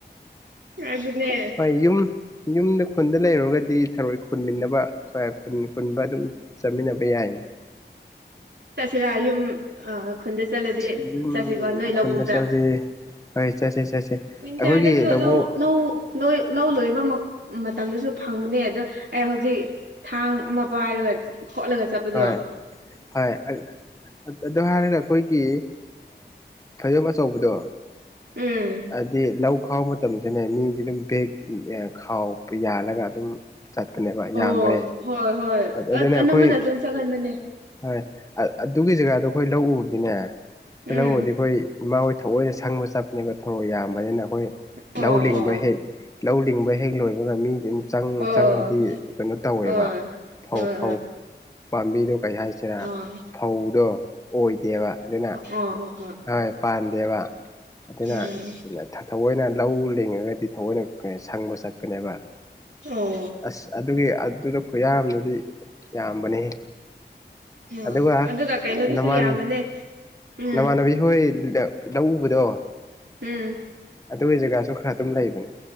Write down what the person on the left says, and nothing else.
ꯍꯣꯏ ꯌꯨꯝ ꯌꯨꯝꯗ ꯈꯨꯟꯗ ꯂꯩꯔꯨꯔꯒꯗꯤ ꯊꯔꯣꯏ ꯈꯨꯟꯃꯤꯟꯅꯕ ꯈꯨꯟ ꯈꯨꯟꯕ ꯑꯗꯨꯝ ꯆꯠꯃꯤꯟꯅꯕ ꯌꯥꯏ
ꯌꯨꯝ
ꯈꯨꯟꯗ ꯆꯠꯁꯤ ꯍꯣꯏ ꯆꯠꯁꯦ ꯆꯠꯁꯦ
ꯑꯩꯈꯣꯏꯒꯤ ꯂꯧꯕꯨꯛ
ꯍꯣꯏ ꯍꯣꯏ ꯑꯗꯨ ꯑꯗꯨ ꯍꯥꯏꯔꯒ ꯑꯩꯈꯣꯏꯒꯤ ꯐꯩꯖꯣꯝ ꯑꯆꯧꯕꯗꯣ
ꯍꯥꯏꯗꯤ ꯂꯧ ꯈꯥꯎꯕ ꯃꯇꯝꯁꯨꯅꯦ ꯃꯤꯗꯤ ꯑꯗꯨꯝ ꯕꯦꯛ ꯈꯥꯎ ꯌꯥꯜꯂꯒ ꯑꯗꯨꯝ ꯆꯠꯄꯅꯦꯕ ꯌꯥꯝꯕꯅꯦ
ꯑꯗꯨꯅ
ꯑꯩꯈꯣꯏ
ꯍꯣꯏ ꯑꯗꯨꯒꯤ ꯖꯒꯥꯗꯣ ꯑꯩꯈꯣꯏ ꯂꯧꯎꯗꯤꯅꯦ ꯑꯩꯈꯣꯏ
ꯂꯧꯎꯗꯤ ꯑꯩꯈꯣꯏ ꯏꯃꯥ ꯊꯑꯣꯏꯅ ꯁꯪꯕ ꯆꯠꯄꯅꯦꯕ ꯊꯣꯔꯣꯛ ꯌꯥꯝꯕꯅꯤꯅ ꯑꯩꯈꯣꯏ
ꯂꯧ ꯂꯤꯡꯕ
ꯍꯦꯛ ꯂꯧ ꯂꯤꯡꯕ ꯍꯦꯛ ꯂꯣꯏꯕꯒ ꯃꯤꯗꯤ ꯑꯗꯨꯝ
ꯆꯪꯉꯗꯤ ꯀꯩꯅꯣ ꯇꯧꯋꯦꯕ
ꯐꯧ
ꯐꯧ ꯄꯥꯝꯕꯤꯗꯣ ꯀꯩ ꯍꯥꯏ
ꯐꯧꯗꯣ ꯑꯣꯏꯗꯦꯕ ꯑꯗꯨꯅ
ꯍꯣꯏ ꯄꯥꯟꯗꯦꯕ ꯑꯗꯨꯅ
ꯊꯑꯣꯏꯅ ꯂꯧ ꯂꯤꯡꯉꯒꯗꯤ ꯊꯑꯣꯏꯅ ꯁꯪꯕ ꯆꯠ ꯅꯦꯕ
ꯑꯁ ꯑꯗꯨꯒꯤ ꯑꯗꯨꯗ ꯈꯨꯌꯥ ꯗꯤ ꯌꯥꯝꯕꯅꯦ
ꯑꯗꯨꯒ
ꯅꯃꯥꯟ
ꯅꯃꯥꯟꯅꯕꯤ ꯍꯣꯏꯗ ꯂꯧ ꯎꯕꯗꯣ
ꯑꯗꯨꯒꯤ ꯖꯒꯥꯁꯨ ꯈꯔ ꯑꯗꯨꯝ ꯂꯩꯕꯅꯤ